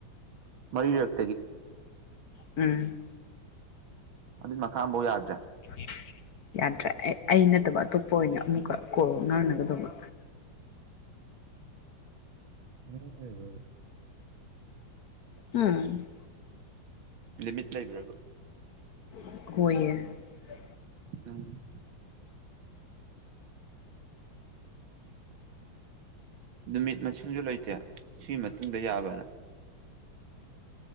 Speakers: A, on the right (about 80°); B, on the left (about 60°).
A: ꯃꯔꯤꯔꯛ
B: ꯎꯝ
A: ꯑꯗꯨꯏ ꯃꯈꯥ ꯐꯧ ꯌꯥꯗꯦ
B: ꯎ <inaudible> ꯌꯥꯗ꯭ꯔꯦ ꯑꯩ ꯑꯩ ꯅꯠꯇꯕ ꯑꯇꯣꯞꯄ ꯑꯣꯏꯅ ꯑꯃꯨꯛꯀ ꯀꯣꯜ ꯉꯥꯡꯅꯒꯗꯧꯕ
A: <unintelligible>
B: ꯑꯝ
A: ꯂꯤꯃꯤꯠ ꯂꯩꯕ꯭ꯔꯕ
B: <unintelligible>
A: ꯎꯝ ꯅꯨꯃꯤꯠ ꯃꯁꯤꯡ ꯁꯤꯡꯁꯨ ꯂꯩꯇꯦ ꯁꯤꯒꯤ ꯃꯇꯨꯡꯗ ꯌꯥꯕꯅ